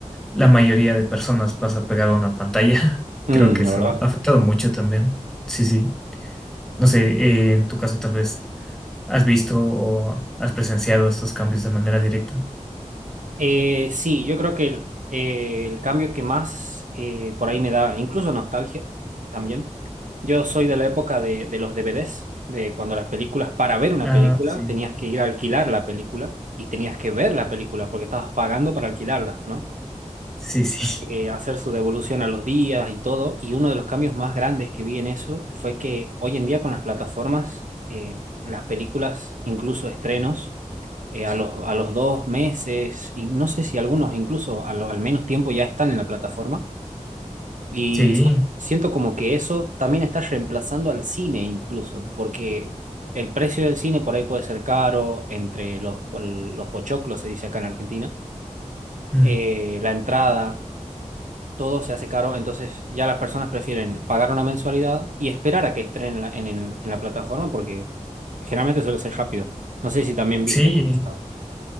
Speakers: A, in the centre; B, on the right (about 80°).
A: la mayoría de personas pasa pegado a una pantalla. <laughs>
B: Mm,
A: Creo que
B: la
A: eso
B: verdad.
A: ha afectado mucho también. Sí, sí. No sé, eh, en tu caso tal vez has visto o has presenciado estos cambios de manera directa.
B: Eh, sí, yo creo que el, eh, el cambio que más eh, por ahí me da, incluso nostalgia también. Yo soy de la época de, de los DVDs, de cuando las películas, para ver una
A: Ah,
B: película,
A: sí.
B: tenías que ir a alquilar la película y tenías que ver la película porque estabas pagando para alquilarla, ¿no?
A: Sí, sí. <laughs>
B: Eh, hacer su devolución a los días y todo. Y uno de los cambios más grandes que vi en eso fue que hoy en día con las plataformas, eh, las películas, incluso estrenos, eh, a los, a los dos meses, y no sé si algunos incluso a lo- al menos tiempo ya están en la plataforma. Y
A: Sí.
B: s- siento como que eso también está reemplazando al cine incluso, porque el precio del cine por ahí puede ser caro, entre los, el- los pochoclos, se dice acá en Argentina,
A: Mm.
B: eh, la entrada. Todo se hace caro, entonces ya las personas prefieren pagar una mensualidad y esperar a que estrenen en la, en, el- en la plataforma porque generalmente suele ser rápido. No sé si también
A: Sí.
B: viste por eso.